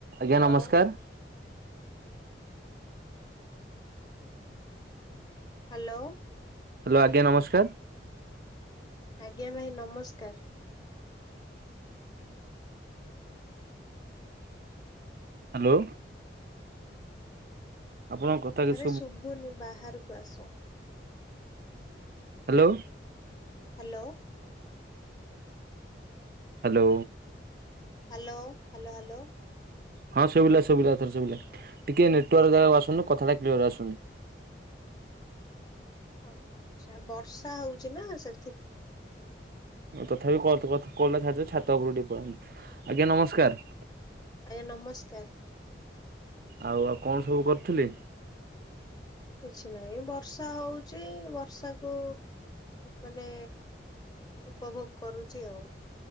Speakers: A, on the right; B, on the left.
A: ଆଜ୍ଞା
B: ହ୍ୟାଲୋ।
A: ନମସ୍କାର।
B: Hello!
A: Hello ଆଜ୍ଞା ନମସ୍କାର!
B: ଆଜ୍ଞା ଭାଇ ନମସ୍କାର।
A: ହ୍ୟାଲୋ! ଆପଣଙ୍କ କଥା କିଛି
B: ଆରେ ଶୁଭୁନି ବାହାରକୁ ଆସ
A: hello!
B: Hello!
A: Hello!
B: Hello hello hello!
A: ହଁ ସବିଲା ସବିଲାଥର ସବିଲା ଟିକେ ନେଟାର୍ାଗ ଆସୁନୁ କଥାଟା କ୍ୟର ଆସୁନି <inaudible>
B: ହ ଆଛା ବର୍ଷା ହଉଛି ନା ସେ
A: ତଥାପି କ ଛା ଛାତ ଉପରୁ ଟିକେ ପନ୍ତି ଆଜ୍ଞା ନମସ୍କାର!
B: ଆଜ୍ଞା ନମସ୍କାର!
A: ଆଉ ଆଉ କଣ ସବୁ କରିଥିଲି?
B: କିଛି ନହିଁ ବର୍ଷା ହଉଛି ବର୍ଷାକୁ ମାନେ ଉପଭୋଗ କରୁଛି ଆଉ।